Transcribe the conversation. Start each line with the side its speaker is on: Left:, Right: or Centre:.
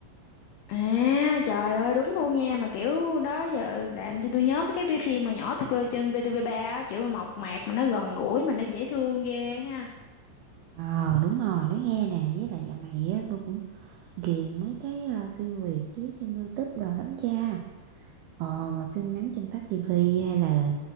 Left: À, trời ơi đúng luôn nha, mà kiểu đó giờ làm cho tôi nhớ mấy cái phim mà nhỏ tôi coi trên VTV3 á, kiểu mộc mạc mà nó gần gũi mà nó dễ thương ghê ha.
Right: Ờ đúng rồi, nói nghe nè, với lại dạo này á, tôi cũng ghiền mấy cái ờ, phim Việt chiếu trên YouTube đồ lắm cha. Ờ mà phim ngắn trên Pháp TV hay là